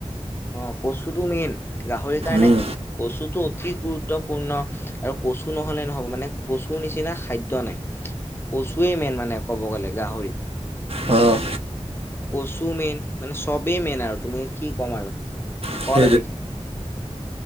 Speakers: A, on the left; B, on the right.
A: অ', কচুটো মেইন গাহৰিৰ কাৰণে
B: উম,
A: কচুতো অতি গুৰুত্বপূৰ্ণ আৰু কচু নহ'লে নহ'ব মানে কচু কচুৰ নিচিনা খাদ্য নাই কচুৱেই মেইন মানে ক'ব গ'লে গাহৰিত।
B: অ'।
A: কচু মেইন মানে চবেই মেইন আৰু তুমি কি ক'ম আৰু
B: <unintelligible>
A: অল এভ্ৰিথিং